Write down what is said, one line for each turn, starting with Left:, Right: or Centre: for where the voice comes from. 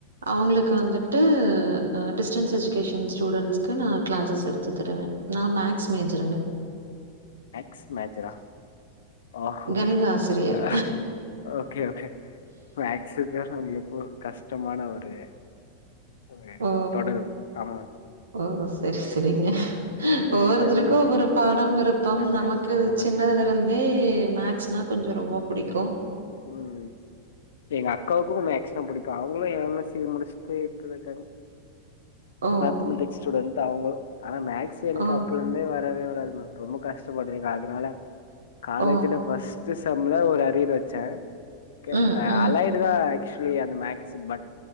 Right: அவுங்களுக்கு வந்துட்டு அ டிஸ்டன்ஸ் எஜுகேஷன் ஸ்டூடெஸ்க்கு நா க்ளாஸஸ் எடுத்து தருவ நா மேக்ஸ் மேஜருங்க
Left: மேக்ஸ் மேஜரா ஆஹ
Right: கணித ஆசிரியர்.
Left: அஹ ஓகே ஓகே மேக்ஸுக்கு ப்ப நம்ளுக்கு கஷ்டமான ஒரு ஒரு
Right: ஓ!
Left: தொடர் ஆமாங்
Right: ஓ செரி செரிங்க ஒவ்வொருத்தருக்கு
Left: இப்ப இல்ல மேம்
Right: ஒவ்வொரு பாடம் விருப்பம்
Left: அட
Right: நமக்கு
Left: போங்க மேம்
Right: சின்னதுலெ வந்தே மேக்ஸ்னா கொஞ்சோ ரொம்ப புடிக்கு.
Left: ம் ம் ம் எங்க அக்காவுக்கு மேக்ஸ்னா புடிக்கு அவுங்களு எம் எஸ் சி முடிச்சுட்டு இப்ப இருக்காங்க.
Right: ஓ!
Left: மேத்தமெட்டிக்ஸ் ஸ்டூடண்ட் அவுங்களு. ஆனா மேக்ஸ் எனக்கு
Right: ஓ!
Left: அப்பலேந்தே வரவே வராது மேம். ரொம்ப கஷ்டப்படுறீங்க அதனால காலேஜ்ல
Right: ஓ!
Left: ஃபர்ஸ் சிஸ் செம்ல ஒரு அரியரு வச்ச ஒகே
Right: ம், ம்.
Left: அலைய் இதுல ஆக்சுவலி அந்த மேக்ஸ் பட்